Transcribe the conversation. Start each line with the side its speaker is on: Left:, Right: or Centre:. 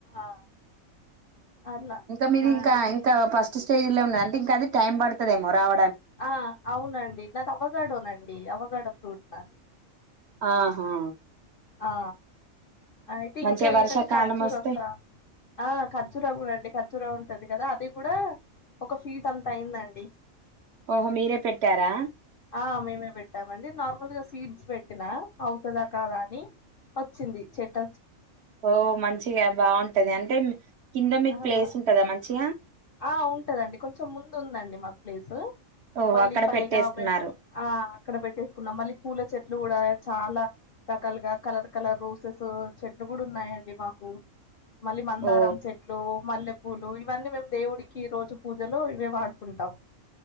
Left: ఆ అట్లా
Right: ఇంకా మీరు
Left: హాయ్
Right: ఇంకా ఇంకా ప స్టేజ లో ఉ అంటే ఇంకా అది టై పడుతుదేమో రావ
Left: ఆ అవునండి నాది అవగాడోనండి అవగడ ఫ్రూట్ నాది
Right: ఆహా
Left: ఆ అయితే
Right: మంచిగా
Left: ఇంకా
Right: వర్షాకాలం
Left: ఏంటంటే ఖర్జూర
Right: వస్తే
Left: కూడా ఆ ఖర్జూర కూడా అండి ర ఉంటది కదా అది కూడా ఒక ఫీట్ అంతా అయిందండి
Right: ఓహో మీరే పెట్టారా
Left: ఆ మేమే పెట్టామండి నార్మల్ గా సీడ్స్ పెట్టినా అవుతుందా కాదా అని వచ్చింది చెట్
Right: ఓ మంచిగా బాగుంటది అంటే కింద మీకు
Left: ఆ
Right: ప్లేస్ ఉంటందా మంచిగా
Left: ఆ ఉంటదండి కొంచెం ముందు ఉందండి మాకు ప్లేసు
Right: ఓహో
Left: మళ్ళీ
Right: అక్కడ
Left: పైగా
Right: పెట్టేసుకున్నారు
Left: మేము ఆ అక్కడ పెట్టేసుకున్నాం మళ్ళీ పూల చెట్లు కూడా చాలా రకాలుగా కలర్ కలర్ రోసెస్ చెట్లు కూడా ఉన్నాయంండి మాకు మళ్ళీ మందారం
Right: ఓ
Left: చెట్లు మల్లెపూలు ఇవన్నీ మేము దేవుడికి రోజు పూజలు ఇవే వాడుకుంటాం